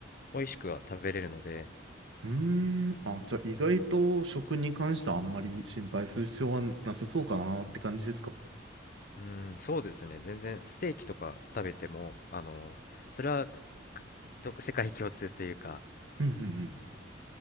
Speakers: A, on the left; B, on the right.
A: 美味しくは食べれるので、
B: うーん。あ、じゃあ意外と食に関してはあんまり心配する必要はなさそうかなって感じですか
A: うん、そうですね。全然ステーキとか食べても、あのーそれはかど世界共通というか、
B: うんうんうん。